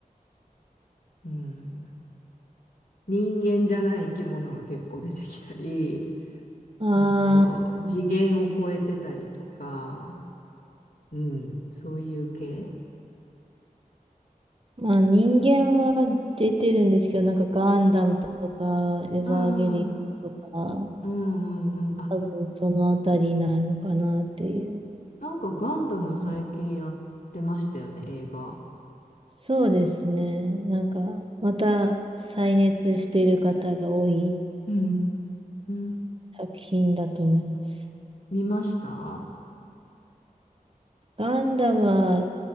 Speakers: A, on the left; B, on the right.
A: うん。人間じゃない生き物が結構出てきたり、<laughs>
B: ああ、
A: なんだろう、次元を超えてたりとか、うん、そういう系
B: まあ人間は出てるんですけど、なんかガンダムとか、エヴァーゲリオンとか、
A: うんうんうんうんうん。あ、
B: 多分そのあたりになるのかなっていう。
A: なんかガンダム最近やってましたよね、
B: うん
A: 映画。
B: そうですね。なんか、また再熱してる方が多い
A: うーん、
B: 作品だと思います。
A: 見ました
B: ガンダムは、